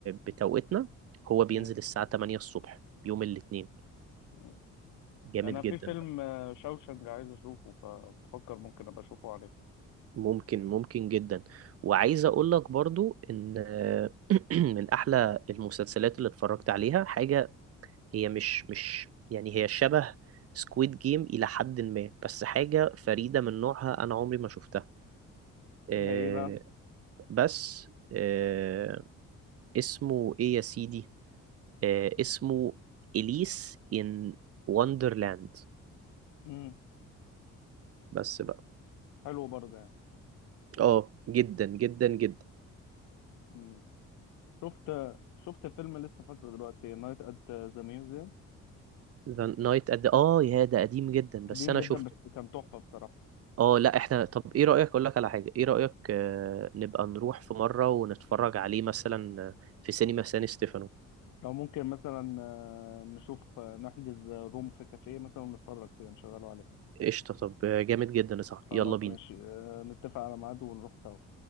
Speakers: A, on the right; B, on the left.
A: بتوقيتنا هو بينزل
B: مم.
A: الساعة 8 الصبح يوم الاثنين
B: مم.
A: جامد
B: انا
A: جدا
B: في فيلم آه، شوشنج عايز اشوفه فبفكر ممكن ابقى اشوفه عليه
A: ممكن ممكن جدا وعايز اقول لك برضو ان <clears throat> من احلى المسلسلات اللي اتفرجت عليها حاجة هي مش مش يعني هي شبه سكويد جيم إلى حد ما بس حاجة فريدة من نوعها أنا عمري ما شفتها آه،
B: ده ايه بقى
A: بس آه، اسمه إيه يا سيدي آه، اسمه إليس إن وندرلاند
B: امم
A: بس بقى
B: حلو برضه يعني
A: اه جدا جدا جدا
B: امم شفت شفت فيلم لسه فاكره دلوقتي نايت ات ذا ميوزيوم
A: ذا نايت قد اه يا ده قديم جدا بس
B: قديم
A: انا
B: جدا
A: شفته
B: بس كان تحفه بصراحه
A: اه لا احنا طب ايه رأيك اقول لك على حاجة ايه رأيك آه، نبقى نروح في مرة ونتفرج عليه مثلا آه، في سينما سان ستيفانو
B: او ممكن مثلا آه، نشوف آه، نحجز روم في كافيه مثلا ونتفرج فيه نشغله عليه
A: قشطة طب آه، جامد جدا يا صاحبي
B: خلاص
A: يلا بينا
B: ماشي آه، نتفق على ميعاد ونروح سوا